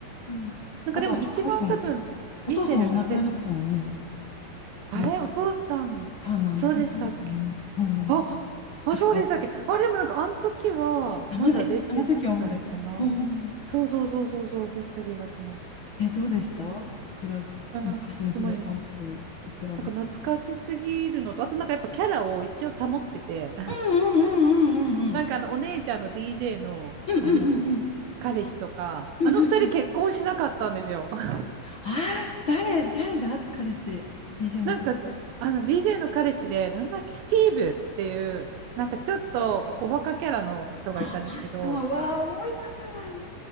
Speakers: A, on the left; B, on the right.
A: ん。
B: なんかでも一番多分、
A: あと、あの人も、お父さんも亡くなりましたもんね。
B: ミシェルがせ、あれお父さん、
A: ボブ・ターナー亡くなりましたよね。
B: そうでしたっけ
A: うんうん。
B: あ、あ、
A: 確か、
B: そうでしたっけあ、でもなんかあの時は、
A: あまだ、
B: まだ出てたのかな
A: あの時はまだ生きてる。うんうんうん
B: そうそうそうそうそう、出てた気がします。
A: え、どうでした比べ、
B: あの、
A: 昔のフルハウスと比べたら。
B: でもね、なんか懐かしすぎるのと、あとなんかやっぱキャラを一応保ってて、
A: うんうんうんうんうん
B: なんかあの、お姉ちゃんの DJ の、
A: うんうんうんうん
B: あの、彼氏とか、
A: うんうん
B: あの二人結婚しなかったんですよ。<laughs>
A: あー誰、誰だ彼氏。TJ の彼氏。
B: なんか、あの、DJ の彼氏で、なんだっけ、スティーブっていう、なんかちょっとおバカキャラの人がいたんですけど、
A: あーあそううわー、思い出せないっ